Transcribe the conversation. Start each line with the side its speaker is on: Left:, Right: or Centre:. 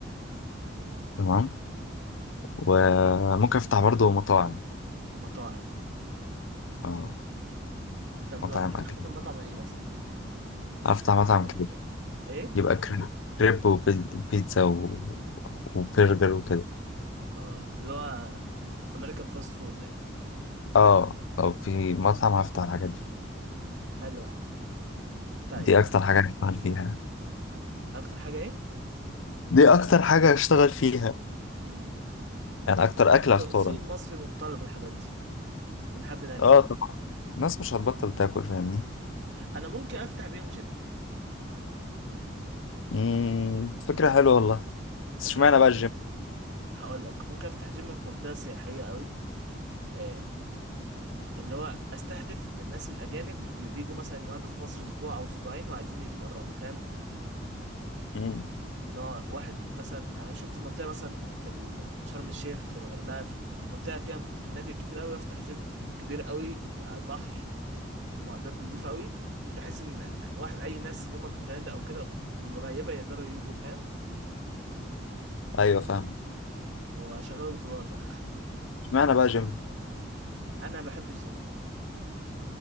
Right: ايه
Left: تمام وممكن أفتح برضه مطاعم
Right: مطاعم
Left: آه
Right: طب
Left: مطاعم
Right: لو هتفتح
Left: أكل
Right: مطعم مطعم ايه مثلا؟
Left: أفتح
Right: اكل
Left: مطعم كريب
Right: ولا ايه؟
Left: يبقى كريب كريب وبيتزا و... وبرجر وكده
Right: اه اللي هو امريكان فاست فود يعني
Left: اه لو في مطعم هفتح الحاجات دي
Right: حلو يا عم طيب
Left: دي اكتر حاجة هشتغل فيها
Right: اكتر حاجه ايه؟
Left: دي اكتر حاجة هشتغل فيها
Right: امم
Left: يعني اكتر
Right: برضه
Left: اكلة هختارها
Right: السوق المصري متطلب الحاجات دي بنحب ناكل
Left: اه الناس مش هتبطل تاكل فاهمني
Right: انا ممكن افتح بيهم جيم
Left: امم فكرة حلوة والله بس
Right: ممكن
Left: اشمعنى
Right: افتح
Left: بقى
Right: جيم
Left: الجيم
Right: هقول لك ممكن افتح جيم في منطقه سياحيه قوي آه، اللي هو استهدف الناس الاجانب اللي بيجوا مثلا يقعدوا في مصر اسبوع او اسبوعين وعايزين يتمرنوا فاهم
Left: امم
Right: ان هو واحد مثلا هشوف في منطقه مثلا في ال- شرم الشيخ في الغردقه في منطقه فيها فنادق كتير قوي افتح جيم كبير قوي على البحر معدات نظيفه قوي بحيث ان واحد اي ناس اللي هم في الفنادق او كده القريبه يقدروا يجوا فاهم
Left: ايوه فاهم
Right: واشغله بالدولار بقى
Left: اشمعنى بقى جيم
Right: انا بحب الجيم